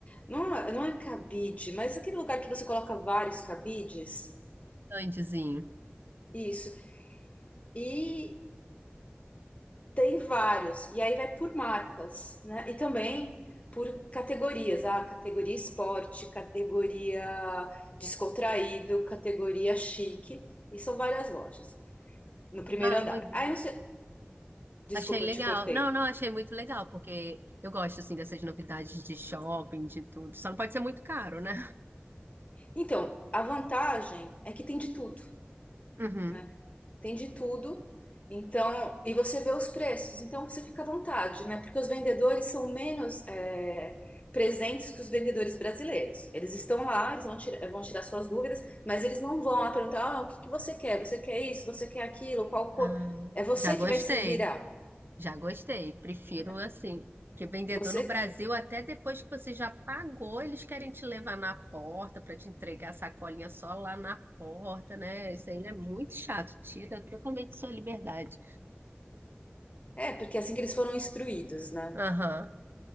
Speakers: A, on the left (about 35°); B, on the right (about 60°).
A: não é, não é cabide, mas aquele lugar que você coloca vários cabides.
B: Estandezinho.
A: Isso. E tem vários. E aí vai por marcas, né? E também por categorias. Ah, categoria esporte, categoria descontraído, categoria chique. E são várias lojas no primeiro
B: Ah,
A: andar.
B: muito...
A: Aí, não sei... Desculpa,
B: achei legal.
A: eu te cortei.
B: Não, não, achei muito legal, porque eu gosto, assim, dessas novidades de shopping, de tudo. Só não pode ser muito caro, né?
A: Então, a vantagem é que tem de tudo.
B: Uhum.
A: né tem de tudo. Então, e você vê os preços, então você fica à vontade, né? Porque os vendedores são menos é, presentes que os vendedores brasileiros. Eles estão lá, eles vão, tira- vão tirar suas dúvidas, mas eles não vão lá perguntar: ah, o que que você quer? Você quer isso? Você quer aquilo? Qual cor?
B: Ah,
A: É você
B: já gostei.
A: que vai se virar,
B: Já gostei. Prefiro
A: né?
B: assim, que vendedor
A: Você.
B: no Brasil, até depois que você já pagou, eles querem te levar na porta para te entregar a sacolinha só lá na porta, né? Isso aí é muito chato, tira totalmente sua liberdade.
A: É, porque é assim que eles foram instruídos, né?
B: Aham.